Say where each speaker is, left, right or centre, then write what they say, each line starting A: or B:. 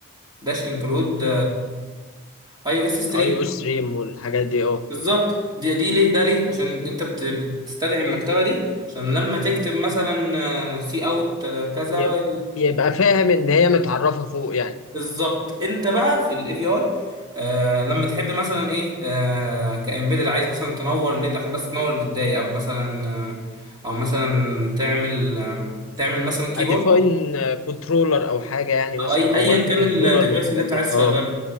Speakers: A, on the right; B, on the left.
A: داش انكلود اي او اس ستريم
B: اي او ستريم والحاجات دي اه
A: بالظبط دي دي ليه ده ليه عشان انت بت- بتستدعي المكتبه دي عشان لما تكتب مثلا سي اوت كذا
B: ي- يبقى فاهم ان هي متعرفه فوق يعني
A: بالظبط انت بقى في الاي في ار آه لما تحب مثلا ايه آه كامبيدد عايز مثلا تنور ليد عشان بس تنور للداية او مثلا آه، او مثلا تعمل آه، تعمل مثلا كيبورد
B: اديفاين كنترولر او حاجه يعني مثلا
A: او اي
B: او
A: ايا
B: مايكرو
A: كان
B: كنترولر
A: الديفايس
B: من الحاجات
A: اللي انت
B: دي
A: عايز
B: اه
A: تشغله